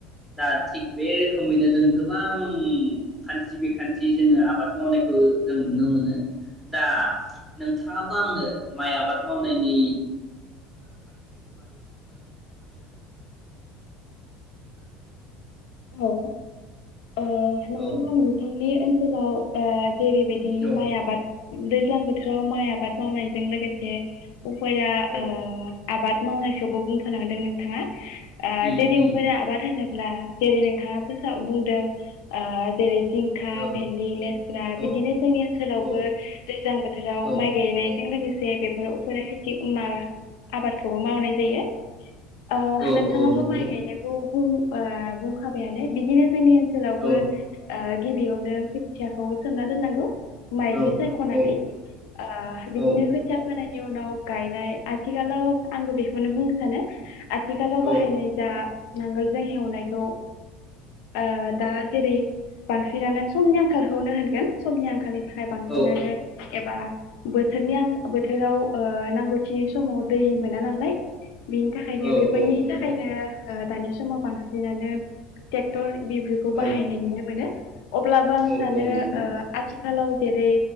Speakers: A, in the centre; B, on the left.
A: दा थिग बे रो खोमैनो जों गोबां खान्थि बिखान्थि जोङो आबाद मावनायखौ जों नुनो मोनो दा
B: औ
A: नोंथाङाबो आंनो माइ आबाद मावनायनि
B: औ ओ नोंथाङाआ
A: औ
B: नुथाय बे ओनसोलाव ओ जेरैबायदि
A: औ
B: माइ आबाद। दैज्लां बोथोराव माइ आबाद मावनायजों लोगोसे। उफाया
A: औ
B: ओ आबाद। मावनायखौबो <unintelligible> नोंथाङा। ओ <unintelligible>
A: उम उम
B: आबाद होदों। ला जेरै नोंथाङा बुंदों गोसा जेरै जिंखा,
A: औ
B: भेन्दि, लेस्रा
A: औ
B: बिदिनो जोंनि ओनसोलावबो
A: औ
B: दैज्लां बोथोराव
A: औ
B: माइ गायनायजों लोगोस जे बेफोर उफेरा खेथि माबा आबादखौबो मावनाय जायो। आ
A: औ
B: नोंथाङाथ'
A: औ नंगौ
B: माय गायनायखौ आ बुं खाबायानो बिदिनो जोंनि ओन
A: औ
B: <unintelligible> गिबियावनो खोथियाखौ सोमना दोननांगौ। माइग्लि
A: औ
B: सायखनानै
A: औ
B: ओ बिदिनो
A: औ
B: खोथिया फोनायनि उनाव। गायनाय आथिखालाव आंबो बेखौनो बुंनो सानो। आथिखालाव
A: औ
B: बाहायनाय जा नांगोलजों हेवनायखौ। आ दा जेरै बांसिन आनो। समनि आंखालखौनो होनगोन समनि आंखालनि थाखाय बांसिनानो
A: औ
B: एबा बोथोरनि आं बोथोराव ओ नांगौथि समाव दै मोना नालाय। बिनि थाखायनो
A: औ
B: बेफोरनि
A: औ नंगौ
B: थाखायनो दानि समाव बांसिनानो। टेक्टर बिफोरखौ
A: औ
B: बाहायनाय नुनो मोनो। अब्ला जों
A: औ
B: सानैया
A: औ नंगौ
B: ओ आथिखालाव जेरै